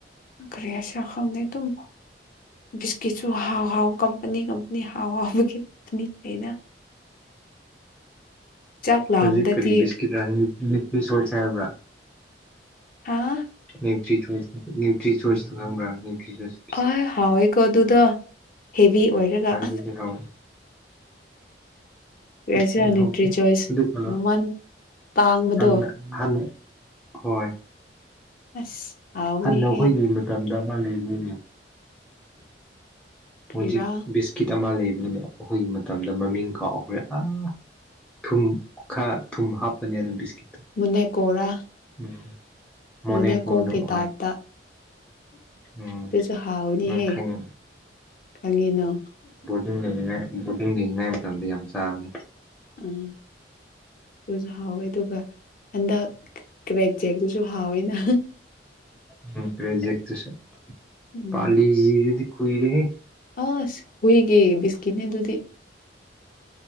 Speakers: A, on the left; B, in the centre.
A: ꯀꯔꯤ ꯍꯥꯏꯁꯤꯔ ꯈꯪꯗꯦ ꯑꯇꯨꯝ ꯕꯤꯁꯀꯤꯠꯁꯨ ꯍꯥꯎ ꯍꯥꯎ ꯀꯞ ꯄꯅꯤ ꯀꯝꯄꯅꯤ ꯍꯥꯥꯎ ꯋꯥꯎꯕꯒꯤ ꯄꯅꯤ ꯂꯩꯅ ꯆꯥꯛ ꯂꯥꯝꯕꯗꯗꯤ
B: ꯍꯧꯖꯤꯛ ꯀꯔꯤ ꯕꯤꯁꯀꯤꯠꯔ ꯅꯤꯇ꯭ꯔꯤ ꯆꯣꯏꯁ ꯆꯥꯕ꯭ꯔꯥ
A: ꯍꯥ
B: ꯅ꯭ꯌꯨꯇ꯭ꯔꯤꯆꯣꯏꯁ ꯅ꯭ꯌꯨꯇ꯭ꯔꯤꯆꯣꯏꯁꯇꯣ ꯈꯪꯕ꯭ꯔꯥ ꯅ꯭ꯌꯨꯇ꯭ꯔꯤꯆꯣꯏꯁ
A: ꯑꯣꯏ ꯍꯥꯎꯋꯤꯀꯣ ꯑꯗꯨꯗꯣ ꯍꯦꯚꯤ ꯑꯣꯏꯔꯒ
B: ꯑꯗꯨꯗꯤ ꯍꯥꯎꯋꯦ
A: ꯀꯔꯤꯍꯥꯏꯁꯤꯔ
B: ꯇꯨ
A: ꯅ꯭ꯌꯨꯇ꯭ꯔꯤ
B: ꯍꯥꯎꯇꯦ
A: ꯆꯣꯏꯁ
B: ꯗꯤꯞ ꯄꯂꯥ
A: ꯃꯃꯜ ꯇꯥꯡꯕꯗꯣ
B: ꯑꯝꯅ ꯍꯟ ꯍꯣꯏ
A: ꯑꯁ ꯍꯥꯎꯕꯅꯤꯍꯦ
B: ꯍꯟꯅ ꯑꯈꯣꯏꯒꯤ ꯃꯇꯝꯗ ꯑꯃ ꯂꯩꯕꯅꯤꯅꯦ
A: ꯀ꯭ꯔꯤꯔꯥ
B: ꯍꯣꯖꯤꯛ ꯕꯤꯁꯀꯤꯠ ꯑꯃ ꯂꯩꯕꯅꯤꯕ ꯑꯈꯣꯏꯒꯤ ꯃꯇꯝꯗ ꯃꯃꯤꯡ ꯀꯥꯎꯒ꯭ꯔꯦ ꯑ ꯊꯨꯝ ꯈ ꯊꯨꯝ ꯍꯥꯄꯅꯤ ꯑꯗꯨꯏ ꯕꯤꯁꯀꯤꯠ ꯇꯨ
A: ꯃꯟꯅꯦꯛꯀꯣꯔ
B: ꯎꯝ ꯃꯣꯅꯦꯀꯣꯗꯣ
A: ꯃꯅꯦꯛꯀꯣꯀꯤ ꯇꯥꯏꯞꯇ
B: ꯍꯣꯏ ꯎꯝ
A: ꯇꯨꯁꯨ ꯍꯥꯎꯅꯤꯍꯦ
B: ꯅꯪ ꯈꯪꯉꯦ
A: ꯀꯉꯤꯅꯣ
B: ꯌꯨꯝ ꯂꯩꯔꯤꯉꯥꯏ ꯕꯣꯔꯗꯤꯡ ꯂꯩꯔꯤꯉꯥꯏ ꯃꯇꯝꯗ ꯌꯥꯝ ꯆꯥꯕꯅꯤ
A: ꯎꯝ ꯑꯗꯨꯁꯨ ꯍꯥꯎꯋꯦ ꯑꯗꯨꯒ ꯍꯟꯗꯛ ꯀ꯭ꯔꯦꯛ ꯖꯦꯛꯇꯨꯁꯨ ꯍꯥꯎꯋꯤꯅ
B: ꯎꯝ ꯀ꯭ꯔꯦꯖꯦꯛꯇꯨꯁꯨ
A: ꯎꯝ
B: ꯄꯥꯔꯂꯤꯖꯤꯗꯨꯗꯤ ꯀꯨꯏꯔꯦꯍꯦ
A: ꯑꯁ ꯍꯨꯏꯒꯤ ꯕꯤꯁꯀꯤꯠꯅꯦ ꯑꯗꯨꯗꯤ